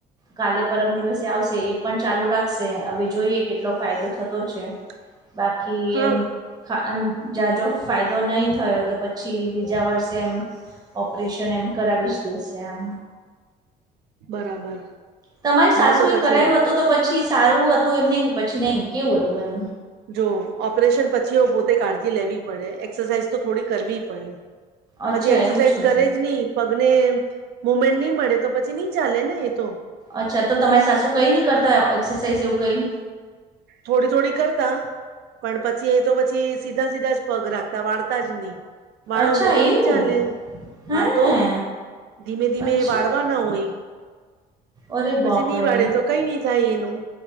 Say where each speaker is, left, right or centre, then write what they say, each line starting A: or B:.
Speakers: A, on the right; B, on the right.
A: કાલે પરમ દિવસે આવશે એ પણ ચાલુ રાખશે હવે જોઈએ કેટલો ફાયદો થતો છે.
B: <unintelligible>
A: બાકી
B: હા
A: એમમ જા જો ફાયદો નહી થયો તો પછી. પછી બીજા વર્ષે એમ ઓપરેશન એમ કરાવી જ દેશે એમ.
B: બરાબર.
A: તમારી સાસુ
B: ના તો
A: એ
B: પછી
A: કરાયું હતું તો પછી સારું હતું એમને કે પછી નહી કેવું હતું એમ.
B: જો ઓપરેશન પછી પોતે કાળજી લેવી પડે એક્સરસાઇઝ તો થોડી કરવી પડે.
A: અચ્છા
B: પછી એક્સરસાઇઝ
A: એવું છે
B: કરે જ નહી. પગને મુમેન્ટ નહી મળે તો પછી નહી ચાલે ને એ તો.
A: અચ્છા તો તમારી સાસુ કઈ નહી કરતા હો એક્સરસાઇઝ એવું કઈ.
B: થોડી થોડી કરતા પણ પછી એ તો પછી સીધા સીધા જ પગ રાખતા વાળતા જ નહીં. વાળોની
A: અચ્છા
B: તો
A: એવું
B: નહી ચાલે.
A: હે
B: હા તો ધીમે ધીમે
A: અચ્છા
B: વાળવા ના હોય.
A: અરે
B: પછી
A: બાપરે
B: નહી વાળે તો કઈ નહી થાય એનું.